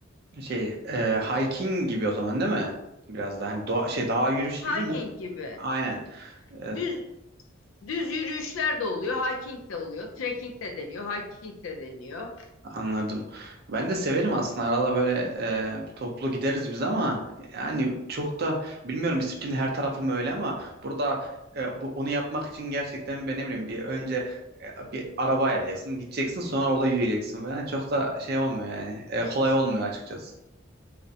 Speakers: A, on the right; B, on the left.
A: Şey e, hiking gibi o zaman değil mi? Biraz da hani doğa, şey dağ yürüyüş gibi
B: Hiking
A: mi?
B: gibi.
A: Aynen. E,
B: Düz Düz yürüyüşler de oluyor, hiking de oluyor, trekking de deniyor, hiking de deniyor.
A: Anladım. Ben de severim aslında. Arada böyle e, toplu gideriz biz ama yani çok da bilmiyorum İsviçre'nin her tarafı mı öyle ama burada e, bu, onu yapmak için gerçekten ben ne bileyim bir önce e, bir araba ayarlayacaksın, gideceksin sonra orada yürüyeceksin falan. Çok da şey olmuyor yani. E, kolay olmuyor açıkçası.